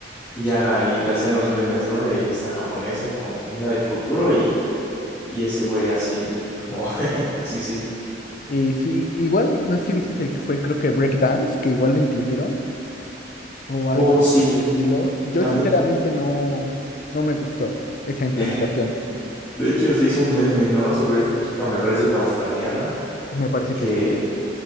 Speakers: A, on the left; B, on the left.
A: Y ya, y le hacían los memes, ¿no? De esta japonesa como venía del futuro y, y ese güey así, como, <laughs> sí, sí.
B: Y sí, igual, no sé si viste el que fue, creo que Breakdance, que igual lo incluyeron, o algo
A: Oh,
B: así
A: sí,
B: por el estilo. Yo
A: también,
B: sinceramente no, no me gustó esa implementación.
A: <laughs> de hecho se hizo un meme, ¿no? Sobre esta chica, me parece que australiana,
B: Me parece
A: que,
B: que sí.